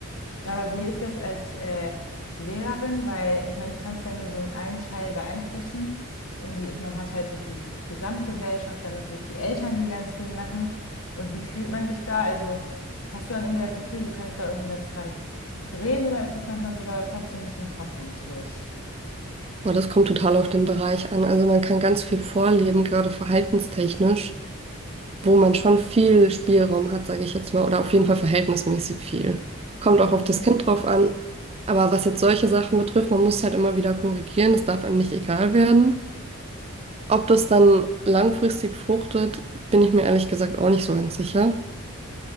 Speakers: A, on the left; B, on the right.
A: Aber wie ist das als äh, Lehrerin? Weil ich meine, du kannst ja nur so einen Teil beeinflussen. Irgendwie ist man hat halt so die Gesamtgesellschaft, dann natürlich die Eltern, die ganz viel machen. Und wie fühlt man sich da? Also hast du dann irgendwie das Gefühl, du kannst da irgendwie was dran drehen oder ist das manchmal sogar fast so ein bisschen hoffnungslos?
B: Aber das kommt total auf den Bereich an. Also man kann ganz viel vorleben, gerade verhaltenstechnisch, wo man schon viel Spielraum hat, sage ich jetzt mal, oder auf jeden Fall verhältnismäßig viel. Kommt
A: Mhm,
B: auch auf das Kind drauf an. Aber was jetzt solche Sachen betrifft, man muss halt immer wieder korrigieren, es darf einem nicht egal werden. Ob das dann langfristig fruchtet, bin ich mir ehrlich gesagt auch nicht so ganz sicher.